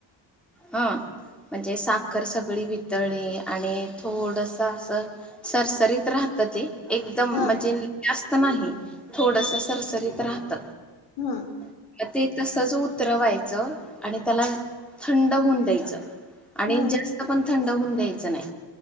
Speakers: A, in the centre; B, on the left.
A: हा म्हणजे साखर सगळी वितळी आणि थोडस असं सरसरीत राहत ते एकदम
B: हा
A: म्हणजे जास्त नाही थोडस सरसरीत राहत
B: हा.
A: मग ते तसंच उतरवायचं आणि त्याला थंड होऊन द्यायचं. आणि
B: हम्म
A: जास्त पण थंड होऊन द्यायचं नाही.